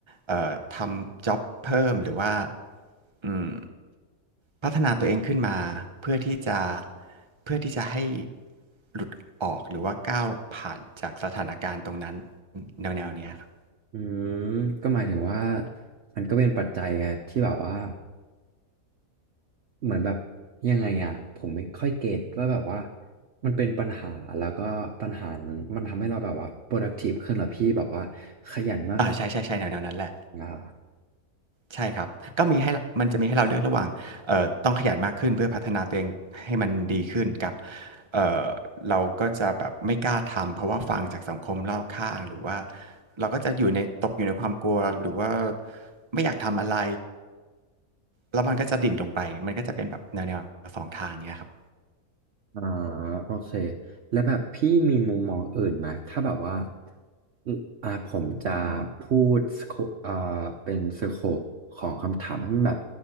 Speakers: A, on the right; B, on the right.
A: เอ่อทำจ็อบเพิ่มหรือว่าอืมพัฒนาตัวเองขึ้นมาเพื่อที่จะเพื่อที่จะให้หลุดออกหรือว่าก้าวผ่านจากสถานการณ์ตรงนั้นแนวแนวเนี้ยครับ
B: ออืม ก็หมายถึงว่ามันก็เป็นปัจจัยไงที่แบบว่าเหมือนแบบยังไงอ่ะผมไม่ค่อยเก็ตว่าแบบว่ามันเป็นปัญหาแล้วก็ปัญหานั้นมันทำให้เราแบบว่า productive ขึ้นเหรอพี่แบบว่าขยันมากขึ้น
A: อ่าใช่ใช่ใช่แนวแนวนั้นแหละ
B: นะ
A: ใช่ครับก็มีให้มันจะมีให้เราเลือกระหว่างเอ่อต้องขยันมากขึ้นเพื่อพัฒนาตัวเองให้มันดีขึ้นกับเอ่อเราก็จะแบบไม่กล้าทำเพราะว่าฟังจากสังคมรอบข้างหรือว่าเราก็จะอยู่ในตกอยู่ในความกลัวหรือว่าไม่อยากทำอะไรแล้วมันก็จะดิ่งลงไปมันก็จะเป็นแบบแนวแนวสองทางเนี้ยครับ
B: อ่าโอเคแล้วแบบพี่มีมุมมองอื่นไหมถ้าแบบว่าอมอ่าผมจะพูดสโคอ่าเป็นสโคปของคำถามให้มันแบบ